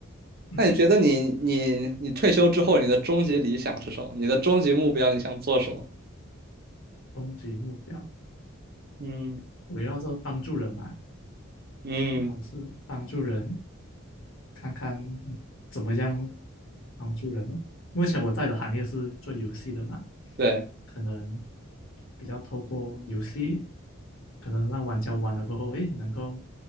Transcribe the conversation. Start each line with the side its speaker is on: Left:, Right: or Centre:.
Left: 嗯，
Right: 那你觉得你你你退休之后，你的终极理想是什么？你的终极目标，你想做什么？
Left: 终极目标
Right: 嗯
Left: 围绕着帮助人吧。
Right: 嗯
Left: 做好事，帮助人，看看怎么样帮助人咯目前我在的行业是做游戏的嘛，
Right: 对，
Left: 可能比较透过游戏，可能让玩家玩了过后，诶，能够